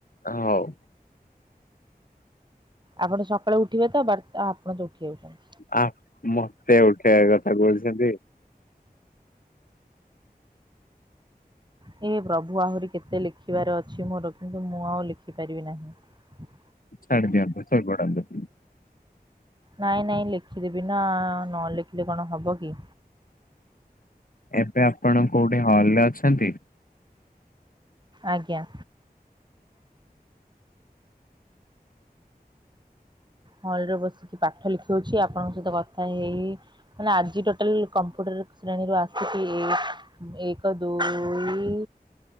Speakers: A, on the left; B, on the right.
A: ହୋଉ।
B: ଆପଣ ସକାଳେ ଉଠିବେ ତ ବତ୍ ଆପଣ ତ ଉଠି ଯାଉଚନ୍
A: ଆ ମତେ ଉଠେଇିବା କଥା କୋହୁଛନ୍ତି।
B: ହେ ପ୍ରଭୁ ଆହୁରି କେତେ ଲେଖିବାର ଅଛି ମୋର କିନ୍ତୁ ମୁଁ ଆଉ ଲେଖିପାରିବି ନାହିଁ।
A: ଛଡ଼ଦିଅନ୍ତୁ ସୋଇପଡନ୍ତୁ।
B: ନାଇଁ ନାଇଁ ଲେଖିଦେବି ନାଁ ନଲେଖିଲେ କଣ ହବ କି?
A: ଏବେ ଆପଣ କୋଉଠି ହଲ୍ ରେ ଅଛନ୍ତି?
B: ଆଜ୍ଞା। ହଲ୍ ରେ ବସିକି ପାଠ ଲେଖଉଛି ଆପଣଙ୍କ ସହିତ କଥା ହେଇ ମାନେ ଆଜି ଟୋଟାଲ କମ୍ପ୍ୟୁଟର ଶ୍ରେଣୀରୁୁ ଆସିଛିି। ଏକ ଦୁଇ